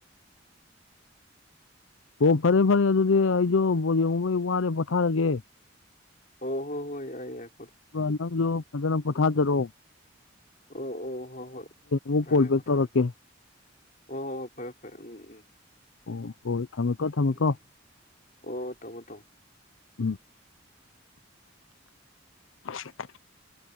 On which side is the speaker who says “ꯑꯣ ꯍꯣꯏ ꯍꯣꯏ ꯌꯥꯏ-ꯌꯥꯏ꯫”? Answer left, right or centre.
Left